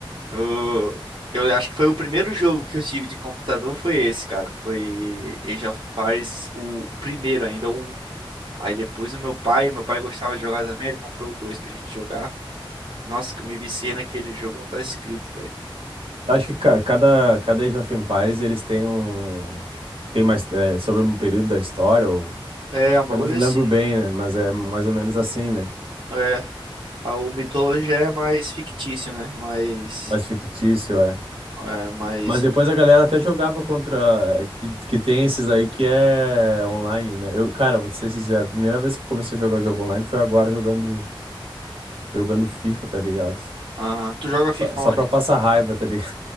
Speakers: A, on the right; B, on the right.
A: o- eu acho que foi o primeiro jogo que eu tive de computador foi esse, cara. Foi Age of Empires, o, o primeiro ainda, o 1. Aí depois o meu pai, meu pai gostava de jogar também, ele comprou dois pra gente jogar. Nossa, que eu me viciei naquele jogo, não tá escrito, velho.
B: Eu Acho que ca- cada, cada Age of Empires eles têm um. Tem mais. é, sobre um período da história, ou,
A: É, um bagulho
B: eu não lembro
A: assim.
B: bem, né? Mas é mais ou menos assim, né?
A: É, a- o Mythology é mais fictício, né? Mais,
B: Mais fictício, é.
A: é, mais...
B: Mas depois a galera até jogava contra. eh, Que, que tem esses aí que é online, né? Eu, cara, vou te ser sincero, a primeira vez que eu comecei a jogar jogo online foi agora jogando, jogando FIFA, tá ligado?
A: Aham. Tu joga
B: Só,
A: FIFA
B: só
A: onde?
B: pra passar raiva, tá ligado?